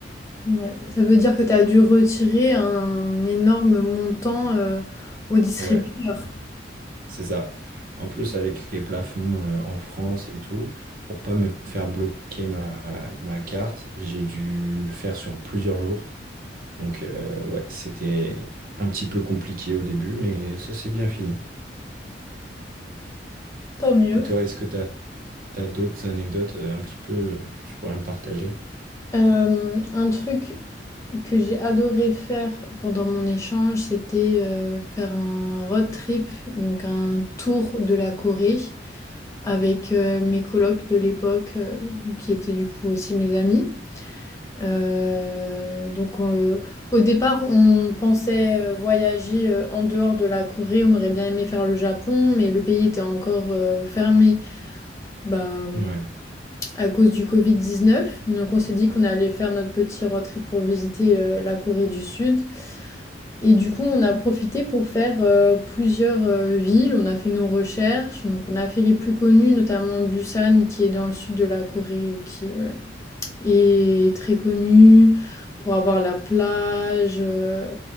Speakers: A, on the left (about 15°); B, on the right (about 50°).
A: Ouais. Ça veut dire que tu as dû retirer un énorme montant euh, au distributeur.
B: Ouais, c'est ça. En plus avec les plafonds euh, en France et tout, pour pas me faire bloquer ma, ma carte, j'ai dû le faire sur plusieurs jours. Donc euh, ouais, c'était un petit peu compliqué au début, mais ça c'est bien fini.
A: Tant mieux.
B: Et toi, est-ce que tu as, d'autres anecdotes euh, un petit peu euh, que tu pourrais me partager?
A: Euh, un truc que j'ai adoré faire pendant mon échange, c'était euh, faire un road trip, donc un tour de la Corée avec euh, mes colocs de l'époque, euh, qui étaient du coup aussi mes amis. Euh, donc euh, au départ, on pensait euh, voyager euh, en dehors de la Corée, on aurait bien aimé faire le Japon, mais le pays était encore euh, fermé. Bah,
B: Ouais.
A: à cause du Covid-19. Donc on s'est dit qu'on allait faire notre petit road trip pour visiter euh, la Corée du Sud. Et du coup, on a profité pour faire euh, plusieurs euh, villes. On a fait nos recherches. Donc on a fait les plus connues, notamment Busan, qui est dans le sud de la Corée, euh, qui ouais, est très connue pour avoir la plage, euh,